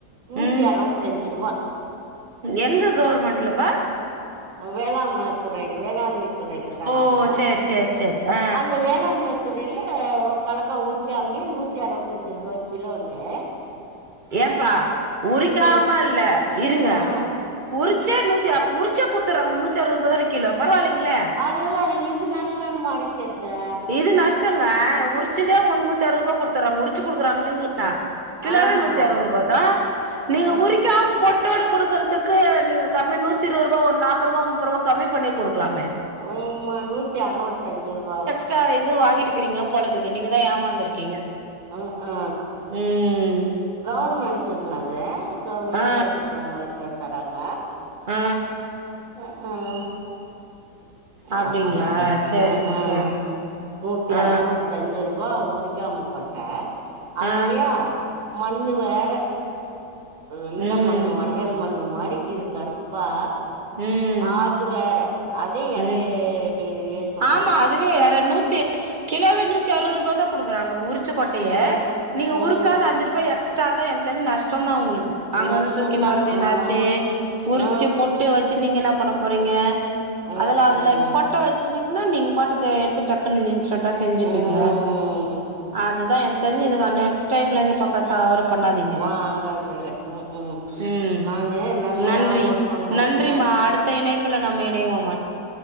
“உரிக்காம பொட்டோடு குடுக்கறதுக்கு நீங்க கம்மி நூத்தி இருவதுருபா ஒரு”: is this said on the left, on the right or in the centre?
Right